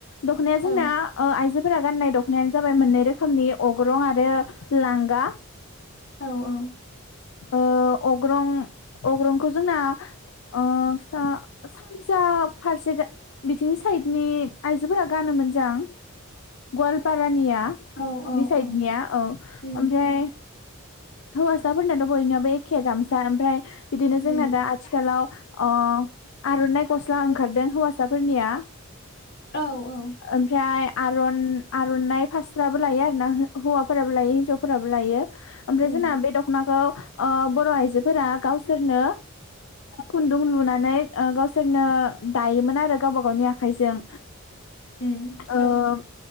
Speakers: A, on the left; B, on the left.
A: दख'नाया
B: औ
A: जोंना आइजोफोरा गाननाय दखनायानो जाबाय मोननै रोखोमनि अग्रं आरो लांगा।
B: औ औ।
A: ओ अग्रं अग्रंखौ जोंना ओ सा सानजा फारसे बिथिंनि साइडनि आइजोफोरा गानोमोनजां गवालपारानिया
B: औ औ
A: बे साइडनिया
B: औ
A: औ
B: उम
A: ओमफ्राय हौवासाफोरनाथ' बयनियाबबो एखे गामसा ओमफ्राय बिदिनो
B: उम
A: जोंना दा आथिखालाव अ आर'नाय गस्ला ओंखारदों हौवासाफोरनिया
B: औ औ
A: ओमफ्राय आरन आर'नाइ फास्राबो लायो आरो ना हौवाफोराबो लायो हिन्जावफोराबो लायो आमफ्राय
B: उम
A: जोंना बे दखनाखौ ओ बर' आइजोफोरा गावसोरनो खुन्दुं लुनानै ओ गावसोरनो दायोमोन आरो गावबा गावनि आखाइजों
B: उम
A: ओ
B: औ